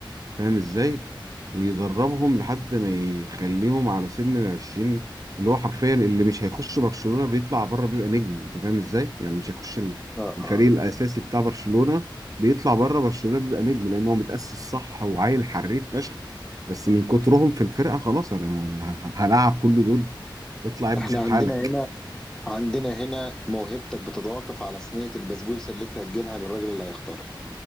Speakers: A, on the right; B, in the centre.
A: فاهم ازاي ويدربهم لحد ما يخليهم على سن العشرين اللي هو حرفيا اللي مش هيخش برشلونة بيطلع بره بيبقى نجم انت فاهم ازاي يعني مش هيخش
B: اه
A: الفريق
B: اه
A: الاساسي بتاع برشلونة بيطلع بره برشلونة بيبقى نجم لان هو متأسس صح وعيل حريف فشخ بس من كترهم في الفرقة خلاص انا ه- ه- هلاعب كل دول اطلع يا ابني
B: احنا
A: شوف حالك
B: عندنا هنا عندنا هنا موهبتك بتتوقف على صينيه البسبوسه اللي انت هتجيبها للراجل اللي هيختارك